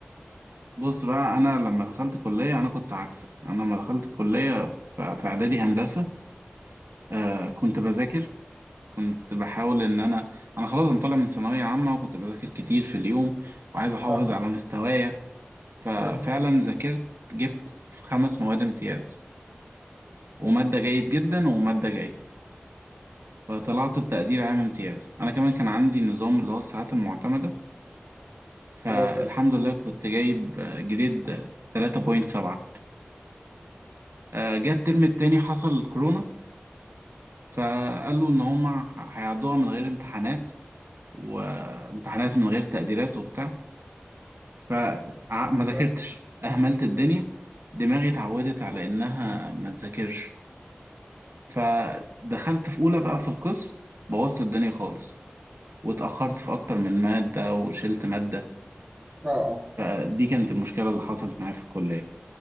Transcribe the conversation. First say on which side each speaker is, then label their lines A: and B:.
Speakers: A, on the right; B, on the right.
A: بص بقى انا لما دخلت كليه انا كنت عكسك انا لما دخلت كليه ف- في اعدادي هندسه آه كنت بذاكر كنت بحاول ان انا انا خلاص انا طالع من ثانويه عامه وكنت بذاكر كتير في اليوم وعايز احافظ
B: اه
A: على مستوايا ففعلا
B: مم.
A: ذاكرت جبت في خمس مواد امتياز وماده جيد جدا وماده جيد فطلعت بتقدير عام امتياز انا كمان كان عندي نظام اللي هو الساعات المعتمده فالحمد
B: أيوه فعلا
A: لله كنت جايب آه، جريد 3.7 آه، جه الترم التاني حصل الكورونا فقالوا ان هما ه- هيعدوها من غير امتحانات وامتحانات من غير تقديرات وبتاع فما ذاكرتش
B: فعلا.
A: اهملت الدنيا دماغي اتعودت على انها ما تذاكرش فدخلت في اولى بقى في القسم بوظت الدنيا خالص واتاخرت في اكتر من ماده وشلت ماده
B: اه اه
A: فدي كانت المشكله اللي حصلت معايا في الكليه